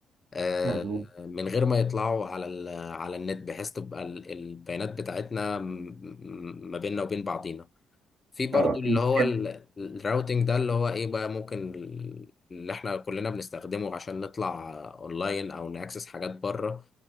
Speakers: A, on the left; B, on the right.
A: آه،
B: مظبوط
A: من غير ما يطلعوا على ال- على النت بحيث تبقى ال- البيانات بتاعتنا م- م- ما بيننا وبين بعضينا في برضو
B: اه
A: اللي
B: دي
A: هو
B: كده
A: ال- الراوتينج ده اللي هو ايه بقى ممكن ال- اللي احنا كلنا بنستخدمه عشان نطلع اونلاين او ناكسس حاجات بره